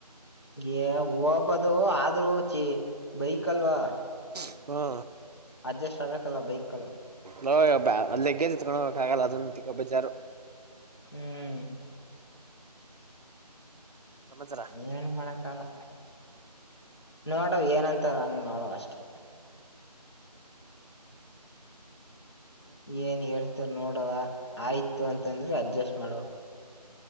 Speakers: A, on the left (about 40°); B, on the right (about 70°).
A: ಏ ಹೋಗಬದು ಆದ್ರೂ ಚಿ ಬೈಕ್ ಅಲ್ವಾ
B: <unintelligible> ಹ್ಮಾ
A: ಅಡ್ಜಸ್ಟ್ ಆಗ್ಬೇಕಲ್ಲ ಬೈಕ್ ಗಳು.
B: ಲೊ ಯಬ್ಯಾಲಗ್ಗೆಜ ಯತ್ಕೊಂಡ ಹೋಗೊಕಾಗಲ್ಲ ಅದೊಂದು ಬೇಜಾರು.
A: ಹ್ಮ್.
B: ಸಮಾಚಾರ
A: ಏನೂ ಮಾಡಕಲ್ಲ ನೋಡವ್ ಏನಂತಾರ ಹಂಗ ನೋಡವ್ ಅಷ್ಟೇ.
B: <inaudible>
A: ಏನ್ ಹೇಳ್ತಾರ ನೋಡವ ಆಯ್ತು ಅಂತಂದ್ರೆ ಅಡ್ಜಸ್ಟ್ ಮಾಡವ